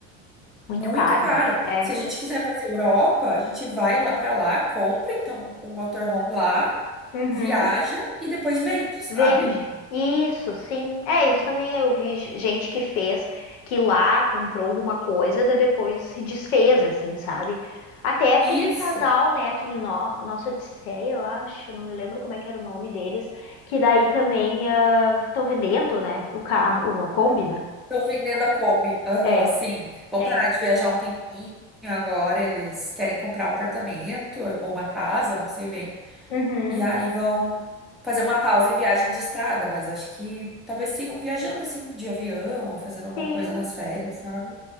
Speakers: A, on the left (about 85°); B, in the centre.
A: Muito
B: muito
A: caro,
B: caro.
A: né? É.
B: Se a gente quiser fazer Europa, a gente vai lá para lá, compra então um motorhome lá,
A: Uhum.
B: viaja e depois vende, sabe?
A: Vende. Isso, sim. É, isso também eu vi ge- gente que fez, que lá comprou alguma coisa, daí depois se desfez, assim, sabe? Até aquele
B: Isso.
A: casal, né? Aquele no... Nossa Odisseia, eu acho, não me lembro como é que era o nome deles, que daí também estão vendendo, né? O carro, a Kombi, né?
B: Estão vendendo a Kombi. Aham,
A: É,
B: sim. Vão
A: é.
B: parar de viajar um tempinho. Agora eles querem comprar um apartamento ou uma casa, não sei bem.
A: Uhum.
B: E aí vão fazer uma pausa em viagem de estrada, mas acho que talvez sigam viajando assim, de avião, ou fazendo alguma
A: Sim.
B: coisa nas férias, sabe?